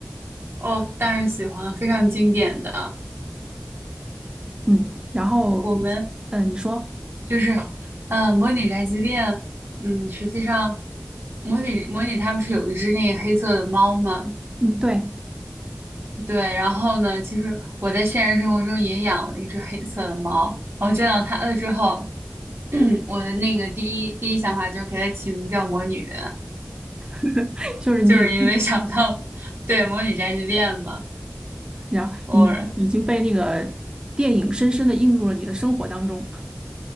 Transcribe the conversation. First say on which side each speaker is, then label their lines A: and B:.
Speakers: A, on the right; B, on the right.
A: 哦，当然喜欢，非常经典的。
B: 嗯，然后，
A: 我们
B: 嗯，你说，
A: 就是，嗯，模拟宅急便，嗯，实际上模拟模拟他不是有一只那个黑色的猫吗？
B: 嗯，对，
A: 对，然后呢，其实我在现实生活中也养了一只黑色的猫。我见到它了之后，<clears throat> 我的那个第一第一想法就是给它起名叫魔女，
B: <laughs> 就是你。
A: 就是因为想到对魔女宅急便嘛。
B: 然后你已经被那个电影深深的映入了你的生活当中。
A: 我